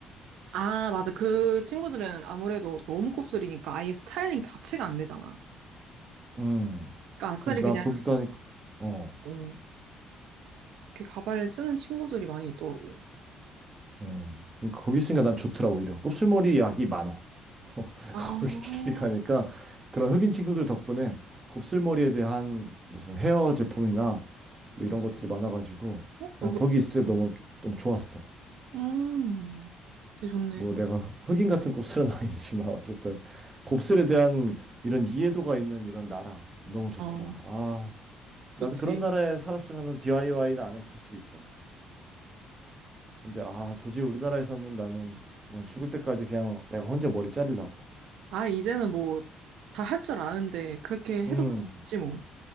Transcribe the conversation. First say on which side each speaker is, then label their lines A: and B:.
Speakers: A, on the right (about 75°); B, on the right (about 20°).
A: 아 맞아 그 친구들은 아무래도 너무 곱슬이니까 아예 스타일링 자체가 안 되잖아.
B: 음.
A: 그러니까 아싸리
B: 그래서 나
A: 그냥
B: 거기 가니까 어.
A: 어, 그렇게 가발 쓰는 친구들이 많이 있더라고.
B: 어, 그러니까 거기 있으니까 난 좋더라 오히려. 곱슬머리 약이 많어. <laughs>
A: 아,
B: 거기
A: 어,
B: 가니까 그런 흑인 친구들 덕분에 곱슬머리에 대한 무슨 헤어 제품이나 뭐 이런 것들이 많아가지고
A: 그러게.
B: 난 거기 있을 때 너무 너무 좋았어.
A: 음, 되게 좋네.
B: 뭐
A: 이거.
B: 내가 흑인 같은 곱슬은 <laughs> 아니지만 어쨌든 곱슬에 대한 이런 이해도가 있는 이런 나라 너무 좋더라.
A: 어,
B: 아,
A: 좋지.
B: 나도 그런 나라에 살았으면 DIY는 안 했을 수 있어. 근데 아 도저히 우리나라에서는 나는 난 죽을 때까지 그냥 내가 혼자 머리 자르려고.
A: 아, 이제는 뭐, 다 할 줄 아는데, 그렇게 해도
B: 음
A: 상관없지, 뭐.